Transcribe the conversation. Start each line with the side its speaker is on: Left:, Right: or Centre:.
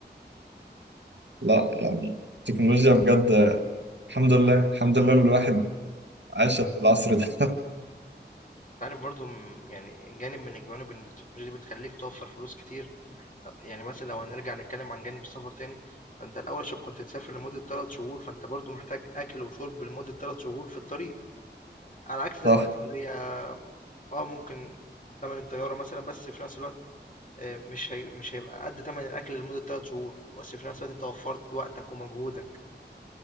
Right: لا يعني التكنولوجيا بجد آه، الحمد لله الحمد لله الواحد عاش العصر ده
Left: أنت عارف برضه م يعني جانب من الجوانب إن التكنولوجيا دي بتخلّيك توفّر فلوس كتير، أ يعني مثلًا لو هنرجع نتكلم عن جانب السفر تاني، فأنت الأول عشان كنت تسافر لمدة 3 شهور، فأنت برضه محتاج أكل وشرب لمدة 3 شهور في الطريق، على عكس
Right: <laughs>
Left: دلوقتي
Right: صح
Left: اللي هي آه ممكن تمن الطيارة مثلًا بس في نفس الوقت آه، مش هي... مش هيبقى قد تمن الاكل لمده 3 شهور بس في نفس الوقت انت وفرت وقتك ومجهودك